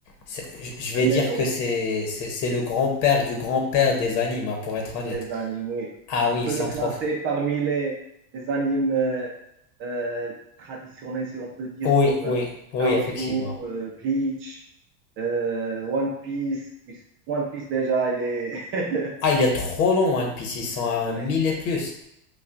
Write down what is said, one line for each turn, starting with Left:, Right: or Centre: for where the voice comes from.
Left: c'est- je je vais
Right: en
Left: dire
Right: légende
Left: que c'est c'est c'est le grand-père du grand-père des animes, hein, pour être honnête.
Right: des animes, oui.
Left: Ah
Right: On
Left: oui,
Right: peut
Left: ils sont
Right: le classer
Left: trop.
Right: parmi les, les animes euh, euh, traditionnels, si on peut dire,
Left: Oui,
Right: comme
Left: oui, oui,
Right: Naruto,
Left: effectivement.
Right: euh, Bleach, euh, One Piece. Puis- One Piece, déjà, il est... <laughs>
Left: Ah, il est trop long, One Piece, ils sont à
Right: Ouais,
Left: 1000 et plus.